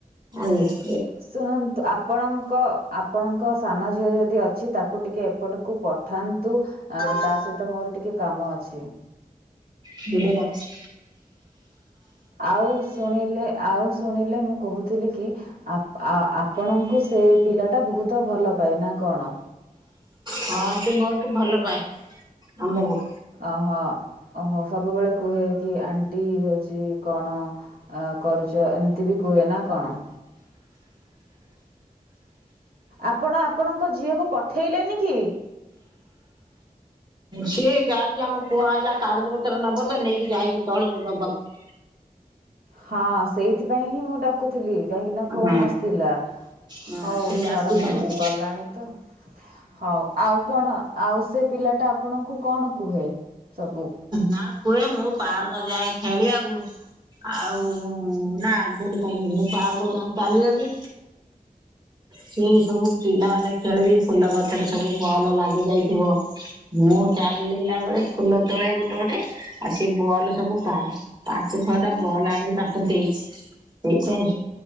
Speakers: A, on the right (about 30°); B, on the right (about 85°).
A: ଲୁ
B: ଶୁଣନ୍ତୁ ଆପଣଙ୍କ ଆପଣଙ୍କ ସାନ ଝିଅ ଯଦି ଅଛି ତାକୁ ଟିକେ ଏପଟକୁ ପଠାନ୍ତୁ ତା ସହିତ ମୋର ଟିକେ କାମ ଅଛି।
A: ବିଲେଇ ଡାକୁଚି
B: ଆଉ ଶୁଣିଲେ ଆଉ ଶୁଣିଲେ ମୁଁ କହୁଥିଲି କି ଆପ ଆପଣଙ୍କୁ ସେ ସେ ପିଲାଟା ବୋହୁତ ଭଲ ପାଏ ନା କଣ
A: ହଁ ସେ ବୋହୁତ ଭଲ ପାଏ ଆମକୁ।
B: ଅହୋ ଓହୋ ସବୁବେଳେ କୁହେ କି ଆଣ୍ଟି ହଉଛି କଣ କରୁଛ ଏମିତି ବି କୁହେ ନା କଣ ଆପଣ ଆପଣଙ୍କ ଝିଅକୁ ପଠେଇଲେନି କି
A: ସିଏ ଯାଇଛି ଆମ ପୁଅ ଆଇଲା କାଗଜ ପତ୍ର ନବ ତ ନେଇକି ଯାଇଛି ତଳକୁ ଦବାକୁ। <inaudible>
B: ହଁ ସେଇଥିପାଇଁ ହିଁ ମୁଁ ଡାକୁ ଥିଲି କାହିଁକି ନା
A: ହଁ
B: ଫୋନ ଆସିଥିଲା
A: ହଁ
B: ହଉ
A: ସେ ଯାଉଛି
B: ଛାଡନ୍ତୁ
A: ଦବାକୁ
B: ଗଲାଣି ତ ହଉ ଆଉ କଣ ଆଉ ସେ ପିଲାଟା ଆପଣଙ୍କୁ କଣ କୁହେ ସବୁ
A: ନା କୁହେ ମୁଁ ପାର୍କ ଯାଏ ଖେଳିବାକୁ। ଆଉ ନା ଭୁଲ କହିଲି ମୁଁ ପାର୍କ ଯାଏ ଚାଲିବାକୁ। ସେ ସବୁ ପିଲାମାନେ ଖେଳିକି ଫୁଲ ଗଛରେ ସବୁ ବଲ ଲାଗି ଯାଇଥିବ। ମୁଁ ଚାଲିଲା ବେଳେ ଫୁଲ ତୋଳେ ଗୋଟେ ଗୋଟେ ଆଉ ସିଏ ବଲ୍ ସବୁ ପାଏ ପାଞ୍ଚ ଛଅଟା ବଲ୍ ଆଣିକି ତାଙ୍କୁ ଦେଇଛି। ଦେଇଛି